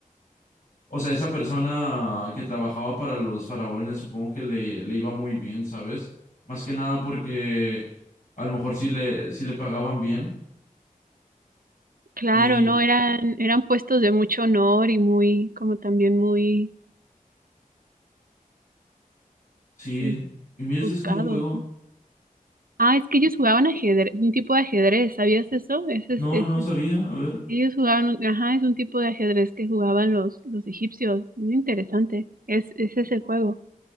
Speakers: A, on the left; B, on the right.
A: O sea, esa persona que trabajaba para los faraones, supongo que le, le iba muy bien, ¿sabes? Más que nada porque a lo mejor sí le, sí le pagaban bien.
B: claro,
A: Y
B: no, eran, eran puestos de mucho honor y muy, como también muy,
A: sí.
B: pues,
A: Y mira,
B: buscados,
A: esto es como un juego.
B: ¿no? Ah, es que ellos jugaban ajedrez, un tipo de ajedrez, ¿sabías eso? Ese
A: No,
B: es, ese
A: no sabía.
B: es-
A: A ver.
B: ellos jugaban, un- ajá, es un tipo de ajedrez que jugaban los, los egipcios, muy interesante, es, ese es el juego,